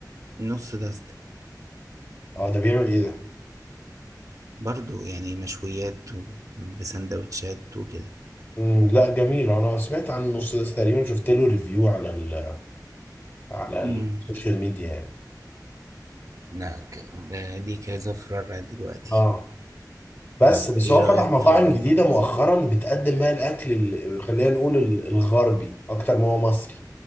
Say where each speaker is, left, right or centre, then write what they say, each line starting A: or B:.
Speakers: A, on the right (about 50°); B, on the left (about 30°).
A: النص دست
B: اه ده بيعمل ايه ده
A: برضو يعني مشويات و- بسندوتشات وكده
B: مم، لا جميل انا سمعت عن النص ده تقريبا شفت له ريفيو على ال على
A: امم
B: السوشيال ميديا يعني
A: لا ك- ده دي كذا فرع دلوقتي
B: اه بس
A: طب
B: بس
A: ايه
B: هو
A: رأيك
B: فتح مطاعم
A: في ال...
B: جديده مؤخرا بتقدم بقى الاكل ال- خلينا نقول ال- الغربي اكتر ما هو مصري